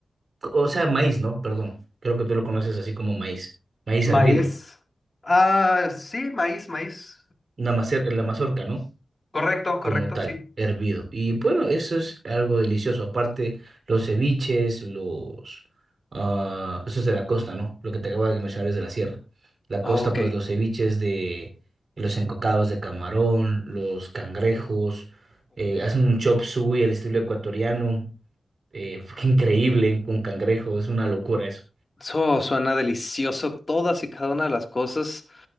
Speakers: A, on the right (about 55°); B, on the left (about 40°).
A: O sea, maíz, ¿no? Perdón. Creo que tú lo conoces así como maíz. Maíz
B: Maíz.
A: hervido.
B: Ah, sí, maíz, maíz.
A: Una macer- la mazorca, ¿no?
B: Correcto, correcto,
A: como tal,
B: sí.
A: hervido. Y bueno, eso es algo delicioso. Aparte, los ceviches, los... ah, eso es de la costa, ¿no? Lo que te acabo de mencionar es de la sierra. La
B: Oh,
A: costa,
B: ok.
A: pues los ceviches de... Los encocados de camarón, los cangrejos, eh, hacen un chop suey al estilo ecuatoriano. Eh, <laughs> qué increíble con cangrejo, es una locura eso.
B: Eso suena delicioso, todas y cada una de las cosas.